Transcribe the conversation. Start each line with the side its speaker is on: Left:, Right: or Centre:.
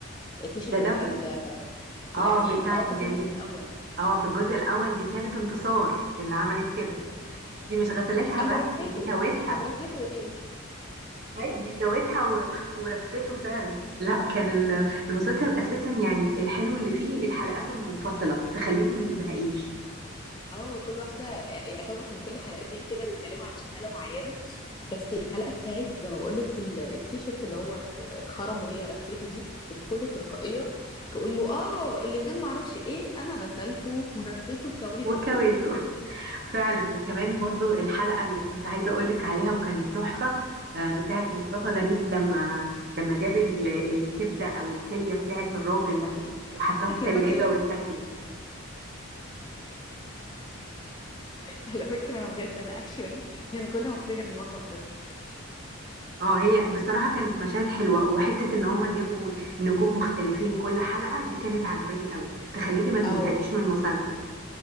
Left: التيشيرت
Right: ده
Left: بتاع
Right: ده في-
Left: ال في
Right: اه
Left: القتيل.
Right: بتاع
Left: آه،
Right: الجريمة
Left: ده في الموسم الأول.
Right: اه في الجزء الاول دي كانت انتصار اللي عملت كده دي مش غسلتها
Left: أنا
Right: بس
Left: رفيته،
Right: دي كوتها
Left: <laughs> أنا رفيته يا بيه.
Right: أي، دي كوتها و... ورفته فعلا لا كان ال- المسلسل اساسا يعني الحلو اللي فيه الحلقات المنفصله تخليكي ما تزهقيش
Left: اه كل واحدة يعتبر كان كل حلقتين كده بيتكلموا عن شغالة معينة بس الحلقة بتاعت زي ما بقولك ال- التيشيرت اللي هو ات- اتخرم وهي رفيته دي وبكل تلقائية تقول له اه اللي كان معرفش ايه انا غسلته ورفيته وكويته
Right: وكويته <laughs> فعلا وكمان برضو الحلقة اللي كنت عايزة أقولك عليها وكانت تحفة آه، بتاعت مصطفى غريب لما لما جاب ال- الكبدة أو الكلية بتاعت الراجل
Left: يا لهوي
Right: وحطها
Left: <laughs>
Right: في
Left: لما
Right: تلاجة
Left: كان
Right: واتاكلت
Left: على فكرة انا بجد انا اكشولي يعني كل ما افتكر الموقف ده اضحك
Right: اه هي بصراحة كانت مشاهد حلوة وحتة ان هم جابوا نجوم مختلفين كل حلقة آه، دي كانت عجباني قوي تخليكي ما تزهقيش
Left: اه
Right: من المسلسل